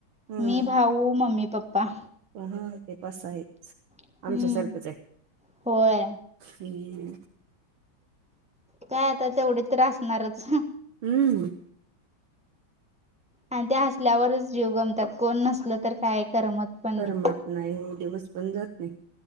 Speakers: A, on the right (about 80°); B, in the centre.
A: हम्म
B: मी भाऊ मम्मी पप्पा
A: हा ते पास आहे
B: हम्म
A: आमच्यासारखंच आहे
B: होय
A: हम्म
B: काय आता तेवढी त्रासणारच
A: हम्म
B: आणि ते हसल्यावरच जीव गमतात कोण नसल तर काय करमत पण
A: करमत
B: नाही
A: नाही दिवस पण जात नाही